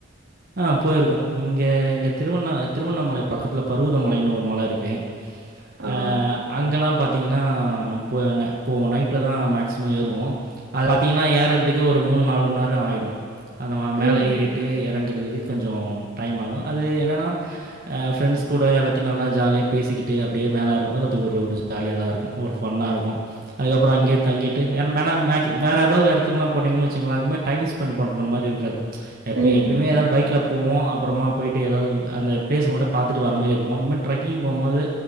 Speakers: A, on the right; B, on the right.
A: ஆ போயிருக்கோ இங்க எங்க திருவண்ணா திருவண்ணாமலை பக்கத்ல பருவதமலைன்னு ஒரு மல இருக்கு
B: ஆ
A: அஹ் அங்கெலாம் பாத்தீங்கன்னா போன போவோ நைட்ல தான் மேக்சிமம் ஏறுவோம அது பாத்தீங்கன்னா ஏறரதுக் ஒரு மூணு நாலு மண்நேரோ ஆயிடும் அந்த மேலே
B: ம்
A: ஏறிட்டு எறங்குறதுகு கொஞ்சோ டைம் ஆகு அது என்னென்னா அ ஃப்ரெண்ட்ஸ் கூட எல்லாத்தையு நல்லா ஜாலியா பேசிக்கிட்டு அப்படியே மேலேறபோது அது ஒரு ஒரு ஜாலியா தா இருக்கும் ஒரு ஃபன்னாருக்கும் அதுக்கப்புறம் அங்கே தங்கிட்டு ஏன்ன மேல மேக் வேற ஏதாவது எடத்துக்லாம் போனெங்ன்ன வச்சுக்கங்களே அந்த மாரி டைம் ஸ்பெண்ட் பண்ற மாரி இருக்காது ச் எப்பை
B: ம்
A: எப்பயுமே ஏத பைக்ல போவோ அப்பறமா போய்ட்டு எதாவது அந்த பிளேஸ மட்டும் பாத்துட்டு வர மாரி இருக்கு இந்த மாரி ட்ரக்கிங் போம்போது